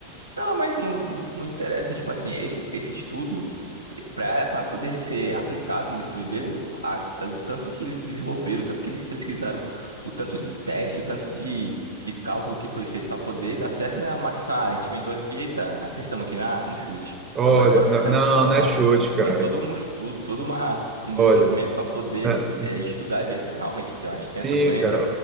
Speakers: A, on the right (about 80°); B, on the right (about 25°).
A: Não, mas não, não interessa, tipo assim, esse, esse estudo, para para poder ser aplicado nesse bebê, o, a- a- o tanto que eles desenvolveram, o tanto que eles pesquisaram, o tanto de teste, o tanto de, de cálculo que foi feito para poder dar certo, não é uma questão, ah, a gente inventou isso aqui, eita, acertamos aqui na, no chute.
B: Olha,
A: Agora bora
B: não,
A: aplicar
B: não
A: na população.
B: não é chute, cara.
A: É todo um estudo, todo uma, um desenvolvimento
B: Olha.
A: para poder
B: é,
A: é, estudar e ver se é realmente aqui, ó, a gente tem
B: Sim,
A: essa doença
B: cara.